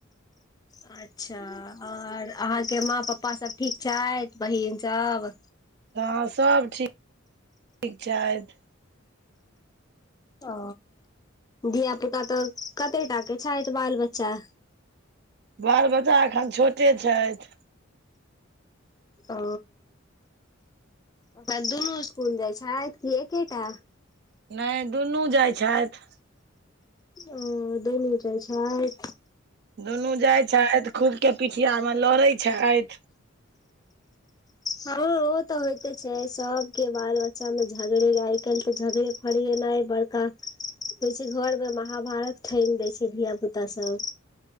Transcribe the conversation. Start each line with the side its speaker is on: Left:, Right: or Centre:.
Left: अच्छा और अहाँके माँ पप्पा सब ठीक छैथ बहिन सब।
Right: हँ सब ठीक- ठीक छैथ।
Left: ओ धिया पूता तऽ कतेटा के छैथ बाल बच्चा।
Right: बाल बच्चा एखन छोटे छैथ।
Left: ओ अपन दुनू इसकुल जाइ छैथ कि एकेटा।
Right: नै दुनू जाइ छैथ।
Left: ओ दुनू जाइ छैथ।
Right: दुनू जाइ छैथ खूब के पीठिया मे लड़ै छैथ।
Left: हँ ओ तऽ होइते छै सबके बाल बच्चा मे झगड़े आइ कैल्ह तऽ झगड़े। फरिएनाइ बड़का होइ छै घर मे महाभारत ठैन दै छै धिया पूता सब।